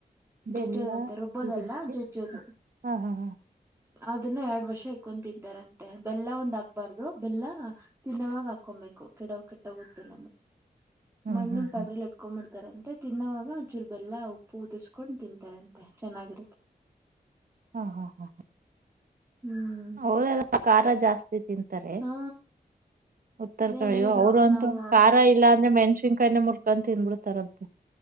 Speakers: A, on the right (about 65°); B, on the right (about 15°).
A: ಬೆಲ್ಲ
B: ಜಜ್ಜೋದು ಅದಂತೆ ರೊಬ್ಬೋದಲ್ಲ
A: ಜೀರಿಗೆ
B: ಜಜೋದು.
A: ಹಾ ಹಾ ಹಾ
B: ಅದನ್ನ ಎರಡ್ ವರ್ಷ ಇಕೊಂಡ್ ತಿಂತಾರಂತೆ. ಬೆಲ್ಲ ಒಂದ್ ಹಾಕ್ಬಾರ್ದು ಬೆಲ್ಲ ತಿನ್ನೋವಾಗ ಹಾಕೊ ಬೇಕು ಕೇಡ ಕೆಟ್ಟಹೋಗುತ್ತೆ ಅಂದ್ರೆ
A: ಹ್ಮ್
B: ಮಣ್ಣಿನ
A: ಹ್ಮ್
B: ಪಾತ್ರೆ
A: ಹ್ಮ್
B: ಇಕೊಂಡ್ ತಾರಂತೆ ತಿನ್ನವಾಗ ಅಚೂರು ಬೆಲ್ಲ ಉಪ್ಪು ಉದುರ್ಸ್ಕೊಂಡು ತಿಂತಾರಂತೆ ಚೆನ್ನಾಗಿರುತ್ತೆ.
A: ಹಾ, ಹಾ, ಹಾ, ಹಾ
B: ಹ್ಮ್
A: ಅವರು ಎಲ್ಪ ಖಾರ ಜಾಸ್ತಿ ತಿಂತಾರೆ.
B: ಹಾ
A: ಉತ್ತರ
B: ಅದೇ
A: ಕಾಯಿಯೋ
B: ಹೇಳಿದ್ರು
A: ಅವರು ಅಂತ
B: ನಾವು
A: ಖಾರ ಇಲ್ಲ ಅಂದ್ರೆ ಮೆಣ್ಸಿನ್ಕಾಯೆ ಮುರ್ಕಂತ ತಿಂದಬಿಡ್ತಾರಂತೆ.